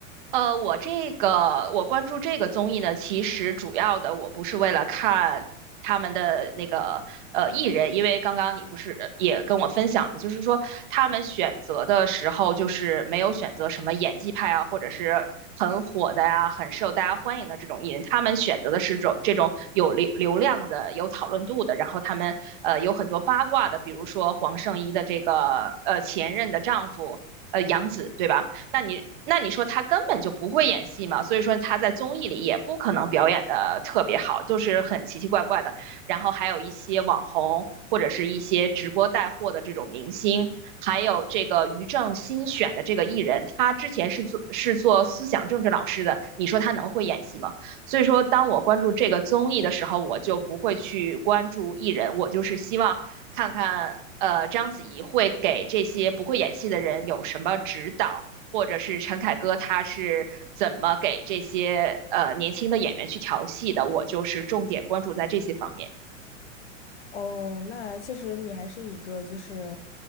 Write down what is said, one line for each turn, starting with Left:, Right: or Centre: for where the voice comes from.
Right: 呃，我这个我关注这个综艺呢，其实主要的我不是为了看他们的那个呃艺人，因为刚刚你不是也跟我分享了嘛，就是说他们选择的时候，就是没有选择什么演技派啊，或者是很火的呀、很受大家欢迎的这种艺人，他们选择的是种这种有流流量的、有讨论度的，然后他们呃有很多八卦的，比如说黄圣依的这个呃前任的丈夫。呃，杨紫对吧？那你那你说他根本就不会演戏嘛，所以说他在综艺里也不可能表演的特别好，就是很奇奇怪怪的。然后还有一些网红或者是一些直播带货的这种明星，还有这个于正新选的这个艺人，他之前是做是做思想政治老师的，你说他能会演戏吗？所以说，当我关注这个综艺的时候，我就不会去关注艺人，我就是希望看看。呃，章子怡会给这些不会演戏的人有什么指导？或者是陈凯歌他是怎么给这些呃年轻的演员去调戏的，我就是重点关注在这些方面。
Left: 哦，那其实你还是一个就是，